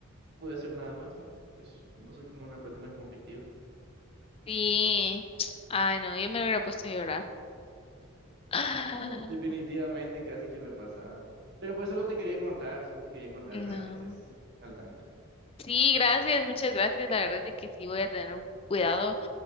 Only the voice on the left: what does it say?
Sí, ay, no, yo me hubiera puesto a llorar. <gasps> Ah,
No.
Sí, gracias, muchas gracias. La verdad es de que sí voy a tener un cuidado